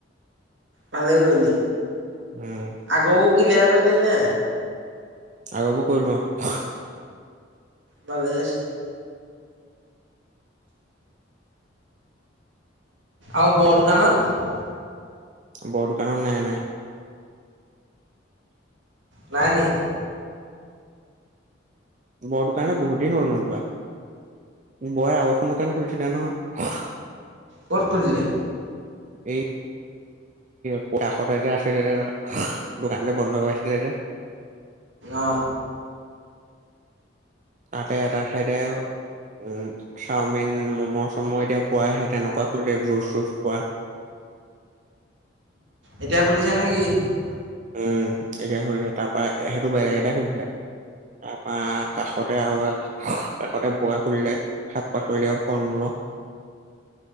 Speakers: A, on the right (about 75°); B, on the right (about 40°).
A: ভালেই কৰিলি।
B: উম,
A: আগৌও কিলিয়াৰ কৰিলি নে?
B: আগবোৰ কৰিলো <unintelligible>
A: ভালে হৈছে। আৰু বৰ দোকানত?
B: বৰ দোকানত, নাই নাই।
A: নাই নেকি?
B: বৰদোকানত বহুত দিন হৈ গ'ল নোযোৱা। বোৱা এ আও এখন দোকান খুলিছিলে নহয়।
A: কত খুলিলে?
B: এই স কাষতে যে আছিলে যে দোকান যে বন্ধ হৈ আছিলে যে।
A: অ।
B: আতে এটা চাইডে। উম চাওমিন ম'ম' চম' এতিয়া পোৱ আহে তেনেকুৱা খে জুচ চুচ পোৱা। <unintelligible>
A: এতিয়া খুলিছে নেকি।
B: উম এতিয়া খছে তাৰ পৰাৰা সেইটো বেলেগ এটাই ঘুৰিছে। তাৰপা কাষতে আৰু কাষতে বয় শুলিলে শাক পাচলিলে আৰু ফল মূলক। <unintelligible>